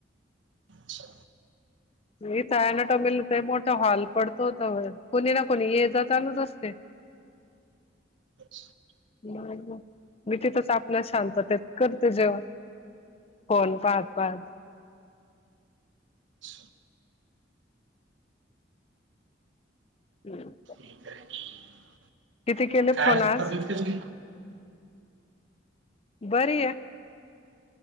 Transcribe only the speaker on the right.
अच्छा,
अच्छा.
अच्छा.
<unintelligible>
काय
अजून
तब्येत कशी? आहे?